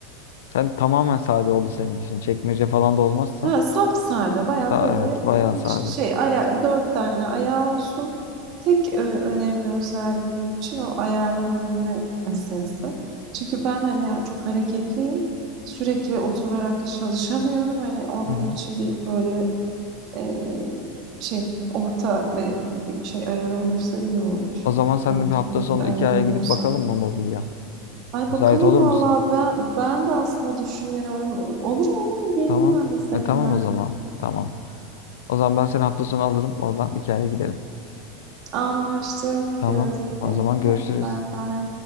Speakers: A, on the left (about 80°); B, on the right (about 50°).
A: Sen tamamen sade oldu senin için. Çekmece falan da olmazsa
B: Ha, sapsade baya
A: ha,
B: böyle
A: evet bayağı
B: e,
A: sade.
B: hiç şey aya, dört tane ayağı olsun. Tek e, önemli özelliği benim için o ayarlanabilme meselesi. Çünkü ben hani çok hareketliyim. Sürekli oturarak çalışamıyorum. Hani onun
A: Hı hı.
B: için bir böyle e, şey orta ve şey ayar olursa iyi olur.
A: O zaman sen
B: Ortalama
A: de bir hafta sonu
B: bir ayar
A: Ikea'ya
B: olursa.
A: gidip bakalım mı mobilya?
B: Ay
A: Müsait
B: bakalım
A: olur
B: vallahi
A: musun?
B: ben ben de aslında düşünüyorum. Olur mu olur mu geleyim
A: Tamam.
B: ben de seninle.
A: E, tamam o zaman. Tamam. O zaman ben seni hafta sonu alırım. Oradan hikayeye gidelim.
B: Anlaştık. Gidiyoruz
A: Tamam.
B: iki.
A: O zaman görüşürüz.
B: Hadi bay bay.